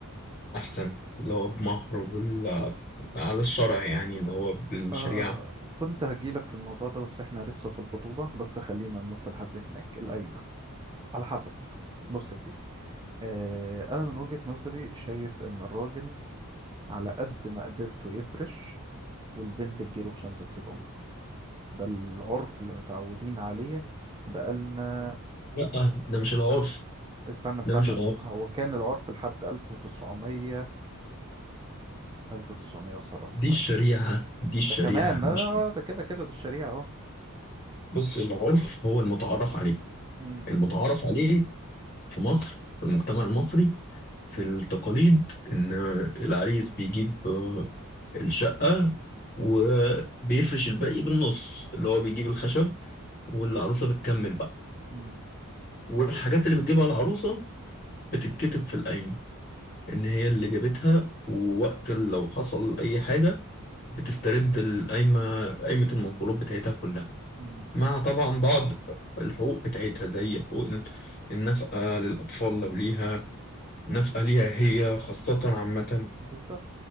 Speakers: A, on the left; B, on the right.
A: أحسن اللي هو بمهر ولا على الشرع يعني اللي هو بالشريعة
B: آه، كنت هجيلك في الموضوع ده بس احنا لسه في الخطوبة بس خلينا ننط لحد هناك القايمة على حسب بص يا سيدي آه انا من وجهة نظري شايف ان الراجل على قد ما قدرته يفرش والبنت تجيله بشنطة هدومها ده العرف اللي متعودين عليه بقالنا
A: لا ده مش العرف
B: استنى استنى
A: ده مش العرف
B: هو كان العرف لحد 1906 1907
A: دي
B: وهكذا
A: الشريعة دي الشريعة
B: ده كمان
A: مش
B: لا، لا، ده كده كده دي الشريعة اهو
A: بص العرف هو المتعارف عليه
B: مم.
A: المتعارف عليه في مصر في المجتمع المصري في التقاليد إن العريس بيجيب آه، الشقة وبيفرش الباقي بالنص اللي هو بيجيب الخشب والعروسة بتكمل بقى
B: مم.
A: والحاجات اللي بتجيبها العروسة بتتكتب في القايمة إن هي اللي جابتها ووقت لو حصل أي حاجة بتسترد القايمة قايمة المنقولات بتاعتها كلها
B: مم.
A: مع طبعا بعض الحقوق بتاعتها زي حقوق النفقة للأطفال لو ليها ناس آلية هي خاصة عامة
B: بالظبط